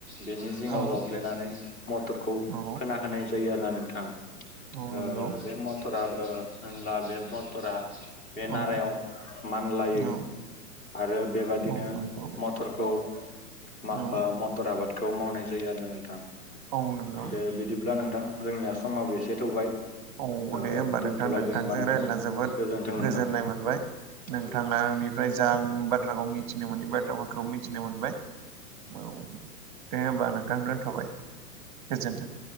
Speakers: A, on the left; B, on the right.
A: बेनि सिङाव
B: औ
A: जावफ्लेनानै मटरखौ
B: औ
A: फोना होनाय जायो आरोना नोंथां। ओ
B: औ नंगौ
A: बे मटरा ओ होनब्ला बे मटरा बे नारायाव
B: औ
A: मानलायो।
B: औ
A: आरो बेबादिनो
B: औ नंगौ
A: मटरखौ मा
B: औ
A: ओ मटर आबादखौ मावनाय जायो आरो ना नोंथां।
B: औ नंगौ
A: दे बिदिब्ला नोंथां जोंनि आसामाबो एसे थौबाय।
B: औ
A: ओ
B: दे होमबा
A: दोनथ'लायदो
B: नोंथां नोंथांजों
A: होनबा ना
B: रायज्लायना
A: नोंथां
B: जोबोद
A: गोजोन्थों नोंथां
B: गोजोननाय मोनबाय नोंथाङा
A: औ
B: निफ्राय जा आं बाथ्राखौ मिथिनो मोनै बा थ्राफोरखौ मिथिनो मोनबाय। औ दे होमबा नोंथां दोनथ'बाय गोजोनथों।